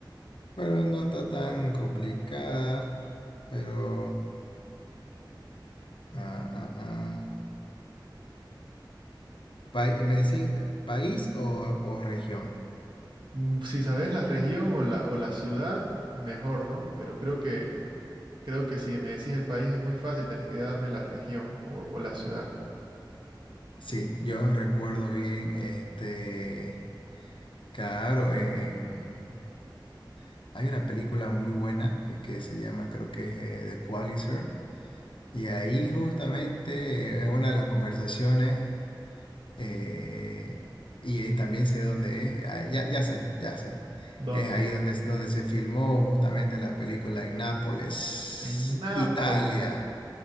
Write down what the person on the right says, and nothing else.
Mm, Si sabes la región o la, o la ciudad, mejor, ¿no? Pero creo que, creo que si me decís el país es muy fácil, tenés que darme la región o, o la ciudad.
¿Dónde?
En Nápoles.